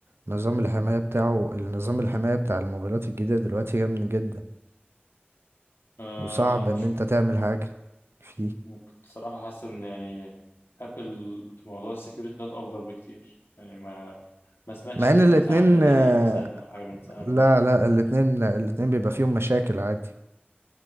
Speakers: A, on the right; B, on the left.
A: نظام الحماية بتاعه النظام الحماية بتاع الموبايلات الجديدة دلوقتي جامد جدا
B: آه
A: وصعب
B: مش
A: ان انت تعمل حاجة فيه
B: ممكن صراحه حاسس ان يعني ابل في موضوع السكيورتي ده افضل بكتير يعني ما ما سمعتش
A: مع
B: قبل
A: ان الاتنين
B: كده مثلا عن داتا
A: آه،
B: ليك مثلا او حاجه من سنه من
A: لا
B: ابل
A: لا الاتنين الاتنين بيبقى فيهم مشاكل عادي